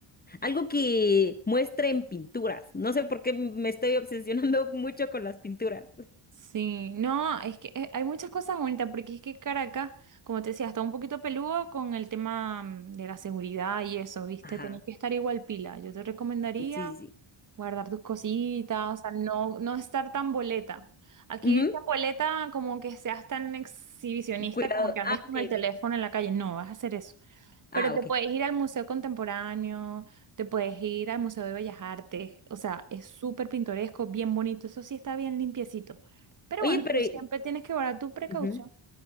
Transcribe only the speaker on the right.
Sí, no, es que eh, hay muchas cosas bonitas, porque es que Caracas, como te decía, está un poquito peludo con el tema mm, de la seguridad y eso, ¿viste?
Tenés que estar igual pila. Yo te recomendaría
guardar tus cositas, o sea, no, no estar tan boleta. Aquí
dicen boleta como que seas tan exhibicionista,
como que andes
con
el teléfono
en la calle. No, vas a hacer eso. Pero
te
puedes ir al Museo Contemporáneo, te puedes ir al Museo de Bellas Artes, o sea, es súper pintoresco, bien bonito, eso sí está bien limpiecito. Pero
bueno,
tú siempre tienes que guardar tu precaución.